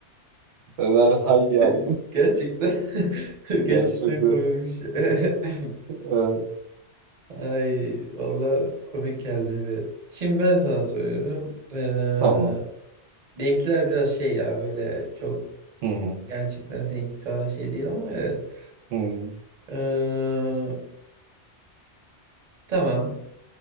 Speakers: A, on the right (about 80°); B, on the right (about 45°).
A: Ömer Hayyam
B: <laughs> gerçekten
A: <laughs>
B: <laughs> gerçekten
A: gerçekten.
B: komikmiş. <laughs>
A: Ee,
B: Ay valla komik geldi. evet. Şimdi ben sana soruyorum. Ee,
A: tamam.
B: benimkiler biraz şey ya böyle çok
A: Hı hı.
B: gerçekten seninki kadar şey değil ama evet.
A: Hı hı.
B: Ee, tamam.